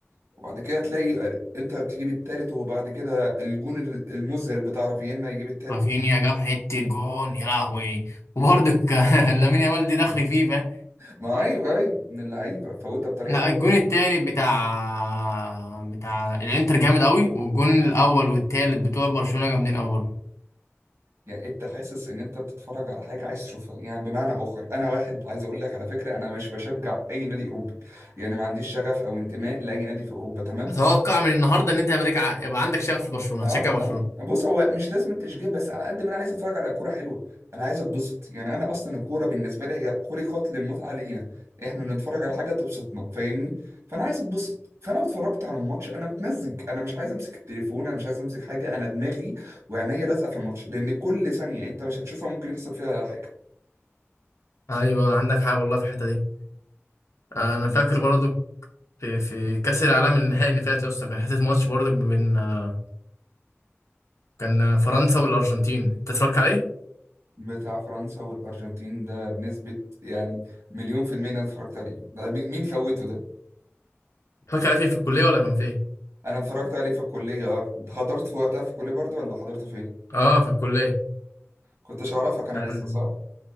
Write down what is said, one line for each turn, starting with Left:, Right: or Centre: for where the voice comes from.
Right: وبعد كده تلاقي انتر تجيب التالت وبعد كده الجون ال- المذهل بتاع رافينا يجيب التالت
Left: رافينيا جاب حته جون يا لهوي وبرضه ك- <laughs> لامين يامال دي دخل فيه فاهم
Right: ما ايوه ايوه من اللعيبه فوتها بطريقه
Left: لا
Right: حلوه
Left: الجون
Right: قوي
Left: التاني بتاع بتاع الانتر جامد قوي والجون الاول والتالت بتوع برشلونه جامدين قوي برضه
Right: يعني إيه انت حاسس ان انت بتتفرج على حاجه عايز تشوفها يعني بمعنى اخر انا واحد عايز اقول لك على فكره انا مش بشجع اي نادي اوروبي يعني ما عنديش شغف او انتماء لاي نادي في اوروبا تمام
Left: اتوقع من النهارده ان انت يا بريك ع- يبقى عندك شغف لبرشلونه
Right: اه
Left: تشجع برشلونه
Right: لا بص هو مش لازم تشجيع بس على قد ما انا عايز اتفرج على كوره حلوه انا عايز اتبسط يعني انا اصلا الكوره بالنسبه لي هي خلقت للمتعه لينا احنا بنتفرج على حاجه تبسطنا فاهمني فانا عايز اتبسط فانا لو اتفرجت على الماتش انا متمزج انا مش عايز امسك التليفون انا مش عايز امسك حاجه انا دماغي وعينيا لازقه في الماتش لان كل ثانيه انت مش هتشوفها ممكن يحصل فيها حاجه
Left: ايوه عندك حق والله في الحته دي انا
Right: فاهمني؟
Left: فاكر برضو في في كاس العالم النهائي اللي فات يا اسطى كان حته ماتش برضو بين آه، كان فرنسا والارجنتين انت اتفرجت عليه
Right: بتاع فرنسا والارجنتين ده بنسبه يعني مليون في المية إن انا اتفرجت عليه ده مين مين فوته ده
Left: اتفرجت عليه فين في الكليه ولا كان فين
Right: انا اتفرجت عليه في الكليه اه انت حضرت في وقتها في الكليه برضو ولا حضرته فين
Left: اه في الكليه
Right: كنتش اعرفك انا
Left: كان
Right: لسه صح